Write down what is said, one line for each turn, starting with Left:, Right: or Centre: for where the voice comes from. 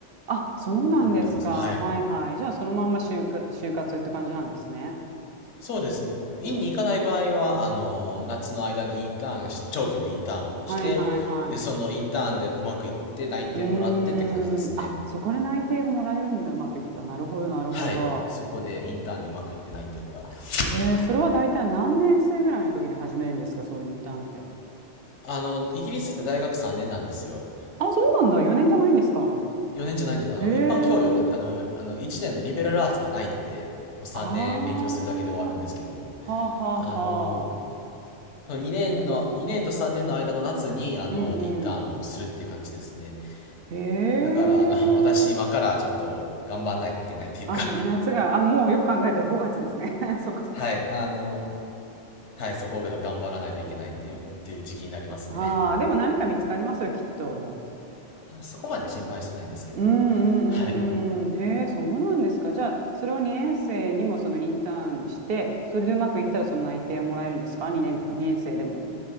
Right: あ、そうなんですか。
Left: 思ってます。はい。
Right: はいはい。じゃあ、そのまんま就活、就活って感じなんですね。
Left: そうですね。院に行かない場合は、あの、夏の間にインターンし、長期のインターンをして、
Right: はいはいはい。
Left: で、そのインターンでうまくいって内定もらってって感じですね。
Right: うーん。あ、そこで内定がもらえるんだ。うまくいくと。なるほど、なるほど。
Left: はい。そこでインターンでうまくいって内定をもらうって感じ。
Right: へえ、それは大体何年生ぐらいの時に始めるんですか、
Left: はい。
Right: そういうインターンって。
Left: あの、イギリスって大学3年なんですよ。
Right: あ、そうなんだ。4年じゃないんですか。
Left: 4年じゃないんです。あの、
Right: へえ。
Left: 一般教養、ああの、あの、1年のリベラルアーツがないので、もう3年勉強するだけで終わるんですけども、
Right: ああ、はあはあはあ。
Left: あの、2年の、2年と3年の間の夏に、あの、
Right: うんうん。
Left: インターンをするっていう感じですね。
Right: へえ。
Left: だから、あの、<laughs> 私今からちょっと頑張んないといけないっていうか
Right: あ、夏が、あ、もうよく考えたら5月ですね。<laughs> そっかそっか。
Left: <laughs> はい、あの、はい、そこを頑張らないといけないっていう、っていう時期になりますね。
Right: ああ、でも何か見つかりますよ、きっと。
Left: <laughs> そこまで心配してないんですけれども。
Right: うんうんうんうん。
Left: はい。
Right: へえ、そうなんですか。じゃあ、それを2年生にもそのインターンして、それでうまくいったらその内定をもらえるんですか ?2 年、2年生でも。